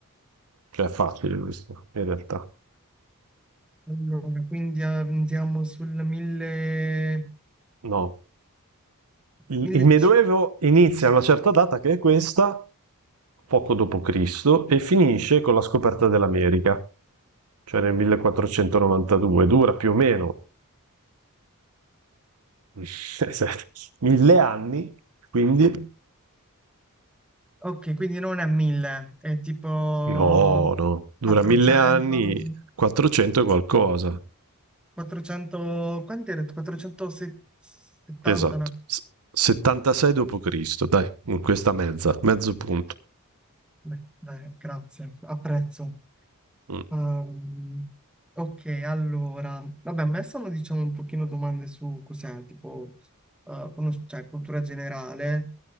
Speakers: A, on the right; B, in the centre.
A: Cioè, è facile questo, in realtà.
B: Allora, quindi andiamo sul 1000...
A: No. Il,
B: 1000...
A: il Medioevo inizia a una certa data che è questa, poco dopo Cristo, e finisce con la scoperta dell'America, cioè nel 1492. Dura più o meno <laughs> mille anni, quindi
B: Ok, quindi non è 1000, è tipo
A: No, no, dura
B: 400...
A: mille anni, 400 e qualcosa.
B: 400... Quanto era? 470,
A: Esatto.
B: no?
A: S- 76 dopo Cristo, dai, in questa mezza, mezzo punto.
B: Beh, dai, grazie, apprezzo.
A: Mm.
B: Ehm, ok, allora, vabbè, a me sono diciamo un pochino domande su cos'è, tipo, eh, conos- cioè, cultura generale,